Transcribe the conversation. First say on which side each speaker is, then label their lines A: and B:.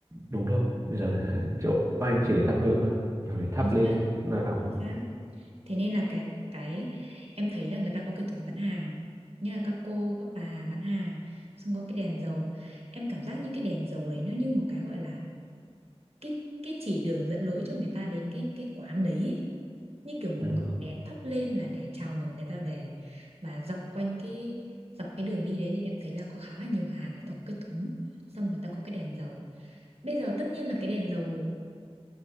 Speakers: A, on the right (about 25°); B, on the right (about 70°).
A: đúng rồi bây giờ <laughs> chỗ anh chỉ để thắp hương thôi kiểu để thắp
B: Chính
A: lên
B: xác,
A: ấy. Lúc nào
B: chính
A: mà
B: xác. Thế nên là cái cái em thấy là người ta có cái thùng bán hàng, như là các cô, các bà bán hàng, xong có cái đèn dầu. Em cảm giác như cái đèn dầu đấy nó như một cái gọi là cái cái chỉ đường dẫn lối cho người ta đến cái cái quán đấy ấy. như kiểu một
A: ừ, người
B: ngọn đèn thắp lên là để chào mừng người ta về và dọc quanh cái dọc cái đường đi đấy thì em thấy là có khá là nhiều hàng người ta có cái thúng xong người ta có cái đèn dầu bây giờ tất nhiên là cái đèn dầu